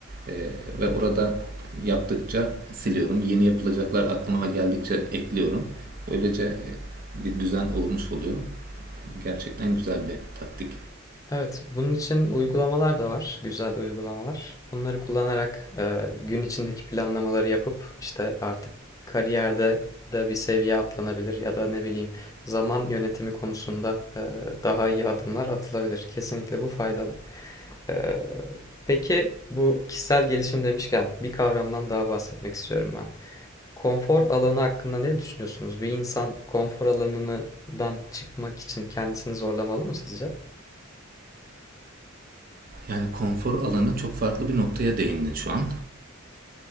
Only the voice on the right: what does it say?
E, ve orada yaptıkça siliyorum. Yeni yapılacaklar aklıma geldikçe ekliyorum. Böylece e, bir düzen olmuş oluyor. Gerçekten güzel bir taktik.
Yani konfor alanı çok farklı bir noktaya değindin şu an.